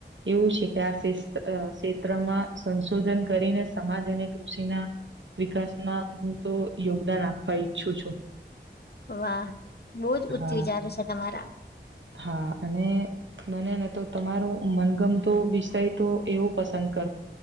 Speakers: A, on the right; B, on the left.
A: એવું છે કે આ ક્ષેત્રમાં સંશોધન કરીને સમાજ અને કૃષિના. વિકાસમાં હું તો યોગદાન આપવા ઈચ્છું છું.
B: વાહ બહુજ ઊચ્ચ
A: હા
B: વિચાર છે તમારા.
A: હા અને મને ને તો તમારો મનગમતો વિષય તો એવો પસંદ.